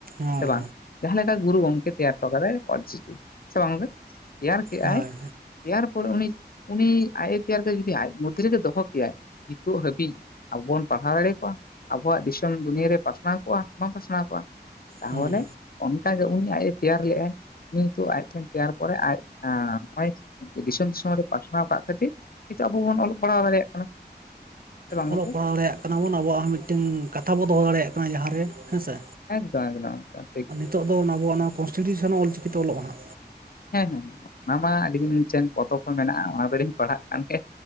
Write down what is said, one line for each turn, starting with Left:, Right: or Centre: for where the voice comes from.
Right: ᱦᱳᱭ
Left: ᱥᱮ ᱵᱟᱝ, ᱡᱟᱦᱟᱸ ᱞᱮᱠᱟ ᱜᱩᱨᱩ ᱜᱚᱝᱠᱮ ᱛᱮᱭᱟᱨ ᱴᱚ ᱠᱟᱫᱟᱭ ᱚᱞᱪᱤᱠᱤ᱾ ᱥᱮ ᱵᱟᱝ ᱫᱚ, ᱛᱮᱭᱟᱹᱨ ᱠᱮᱟᱭ
Right: ᱦᱳᱭ
Left: ᱛᱮᱭᱟᱨ ᱯᱚᱨᱮ ᱩᱱᱤ, ᱩᱱᱤ ᱟᱡ ᱮ ᱛᱮᱭᱟᱨ ᱡᱩᱫᱤ ᱟᱡ ᱢᱚᱫᱽᱫᱷᱮ ᱨᱮᱜᱮ ᱫᱚᱦᱚ ᱠᱮᱭᱟᱭ, ᱱᱤᱛᱚᱜ ᱦᱟᱹᱵᱤᱡ ᱟᱵᱚ ᱵᱚᱱ ᱯᱟᱲᱦᱟᱣ ᱫᱟᱲᱮ ᱠᱚᱜᱼᱟ, ᱟᱵᱚᱣᱟ ᱫᱤᱥᱚᱢ ᱫᱩᱱᱭᱟᱹ ᱨᱮ ᱯᱟᱥᱱᱟᱣ ᱠᱚᱜᱼᱟ, ᱵᱟᱝ ᱯᱟᱥᱱᱟᱣ ᱠᱚᱜᱼᱟ᱾ ᱛᱟᱦᱚᱞᱮ,
Right: ᱦᱩᱸ
Left: ᱚᱱᱠᱟᱜᱮ ᱩᱱᱤ ᱟᱡᱼ ᱮ ᱛᱮᱭᱟᱨ ᱞᱮᱜᱼᱟᱭ, ᱱᱤᱛᱚᱜ ᱟᱡ ᱴᱷᱮᱱ ᱛᱮᱭᱟᱨ ᱯᱚᱨᱮ ᱟᱡ ᱟᱸᱻ, ᱱᱚᱜᱚᱭ ᱫᱤᱥᱚᱢ ᱫᱤᱥᱚᱢ ᱨᱮ, ᱯᱟᱥᱱᱟᱣ ᱠᱟᱜ ᱠᱷᱟᱹᱛᱤᱨ ᱱᱤᱛᱚᱜ ᱟᱵᱚ ᱵᱚᱱ ᱚᱞᱚᱜ ᱯᱟᱲᱦᱟᱣ ᱫᱟᱲᱮᱭᱟᱜ ᱠᱟᱱᱟ ᱥᱮ ᱵᱟᱝ
Right: ᱚᱞᱚᱜ
Left: ᱜᱚᱝᱠᱮ
Right: ᱯᱟᱲᱦᱟᱣ ᱨᱮᱭᱟᱜ ᱠᱟᱱᱟ ᱵᱚᱱ, ᱟᱵᱚᱣᱟᱜ ᱦᱚᱸ ᱢᱤᱫᱴᱮᱝ ᱠᱟᱛᱷᱟ ᱵᱚ ᱫᱚᱦᱚ ᱫᱟᱲᱮᱭᱟᱜ ᱠᱟᱱᱟ, ᱡᱟᱦᱟᱸ ᱨᱮ ᱦᱮᱸᱥᱮ?
Left: ᱮᱠᱫᱚᱢ, ᱮᱠᱫᱚᱢ, ᱮᱠᱫᱚᱢ, ᱴᱷᱤᱠ᱾
Right: ᱱᱤᱛᱚᱜ ᱫᱚ ᱟᱵᱚ ᱚᱱᱟ ᱠᱚᱱᱥᱴᱤᱴᱤᱭᱩᱥᱚᱱ ᱦᱚ, ᱚᱞᱪᱤᱠᱤ ᱛᱮ ᱚᱞᱚᱜᱟ ᱦᱟᱸᱜ᱾
Left: ᱦᱮᱸ, ᱦᱮᱸ, ᱚᱱᱟ ᱢᱟ ᱟᱹᱞᱤᱧ ᱢᱤᱫ ᱴᱷᱮᱱ ᱯᱚᱛᱚᱵ ᱠᱚ ᱢᱮᱱᱟᱜᱼᱟ, ᱚᱱᱟ ᱫᱚᱞᱤᱧ ᱯᱟᱲᱦᱟᱜ ᱠᱟᱱ ᱛᱮ,